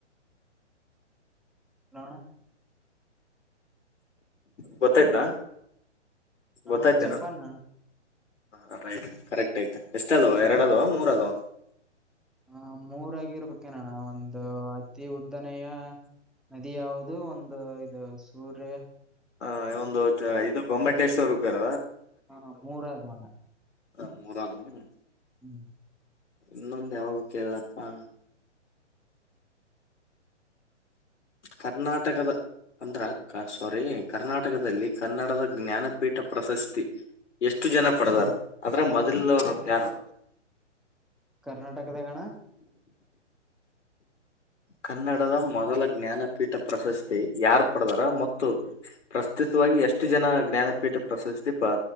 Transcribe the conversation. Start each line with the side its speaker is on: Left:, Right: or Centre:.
Centre: ನೋಣ.
Left: <inaudible> ಗೊತ್ತಾಯ್ತಾ.
Centre: ಹಣ
Left: ಗೊತ್ತಾಯ್ತೇನ
Centre: ಜಪಾನ.
Left: ಹ ರೈಟ್ ಕರೆಕ್ಟ್ ಆಯ್ತೆ ಎಸ್. ಎಷ್ಟ ಅದವ ಎರಡದವ ಮೂರ ಅದವ.
Centre: ಹ ಮೂರಾಗಿರ್ಬೇಕೇನಣ ಒಂದು ಅತಿ ಉದ್ದನೆಯ ನದಿ ಯಾವುದು ಒಂದು ಇದು ಸೂರ್ಯ.
Left: ಹ ಒಂದು ಇದು ಗೊಮ್ಮಟೇಶ್ವರ್. ಗರ.
Centre: ಹಾ ಮೂರದವ್ಣ.
Left: ಹ ಮೂರದ್ವೇನು.
Centre: ಹ್ಮ್
Left: ಇನ್ನೊಂದ ಯಾವ್ದ ಕೇಳ್ಲಪ್ಪಾ. ಕರ್ನಾಟಕದ ಅಂದ್ರೆ ಸ್ವಾರಿ ಕರ್ನಾಟಕದಲ್ಲಿ ಕನ್ನಡದ ಜ್ಞಾನಪೀಠ ಪ್ರಶಸ್ತಿ ಎಷ್ಟು ಜನ ಪಡೆದಾರ ಆದ್ರೆ ಮೊದಲರು ಯಾರು.
Centre: ಕರ್ನಾಟಕದಾಗಣ
Left: ಕನ್ನಡದ ಮೊದಲ ಜ್ಞಾನಪೀಠ ಪ್ರಶಸ್ತಿ ಯಾರ್ ಪಡದಾರ ಮತ್ತು ಪ್ರಸ್ತುತವಾಗಿ ಎಷ್ಟು ಜನ ಜ್ಞಾನಪೀಠ ಪ್ರಶಸ್ತಿ ಪ